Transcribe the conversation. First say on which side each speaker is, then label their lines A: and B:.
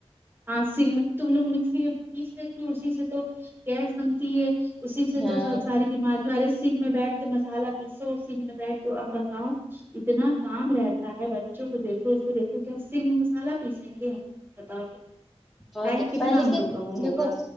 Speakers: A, on the right (about 20°); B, in the centre.
A: ہاں سل میں تم لوگ مکسی میں پیس لیتی ھو اسی سے تو گیس بن تی ہے اسی سے
B: ہاں
A: تو ساری بیماری والے سنگ میں بیٹھ کے مسالہ پیسو سنگ میں بیٹھ کے اب بتاؤ اتنا کام رہتا ہے بچوں کو دیکھو اس کو دیکھو کیا سنگ مسالہ پیسیں گے بتاؤ
B: اور
A: ٹائم
B: کیا
A: کتنا
B: پہلے
A: ہم
B: کے
A: لوگ کا وہ ہوگا
B: دیکھو